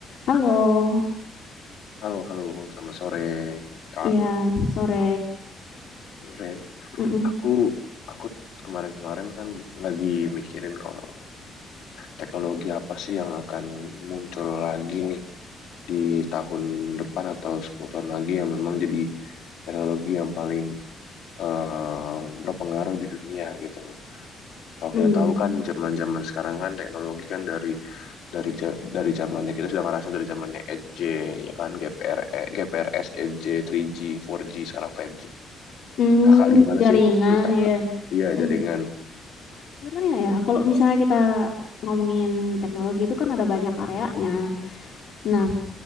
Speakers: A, on the left; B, on the left.
A: Halo,
B: Halo, halo, selamat sore, Kak.
A: iya sore.
B: Sore.
A: Mm-mm.
B: Aku, aku kemarin-kemarin kan lagi mikirin kalau teknologi apa sih yang akan muncul lagi nih di tahun depan atau 10 tahun lagi yang memang jadi teknologi yang paling eh, berpengaruh di dunia gitu loh. Kalau kita
A: Mm.
B: tahu kan zaman-zaman sekarang kan teknologi kan dari dari ja- dari zamannya kita sudah ngerasain dari zamannya 8G ya kan GPR eh, GPRS 8G 3G 4G sekarang 5G
A: Mm,
B: Kakak gimana
A: jaringan
B: sih menurut kakak?
A: ya.
B: Iya,
A: Mm.
B: jaringan.
A: Sebenarnya ya, kalau misalnya kita ngomongin teknologi itu kan ada banyak areanya. Nah,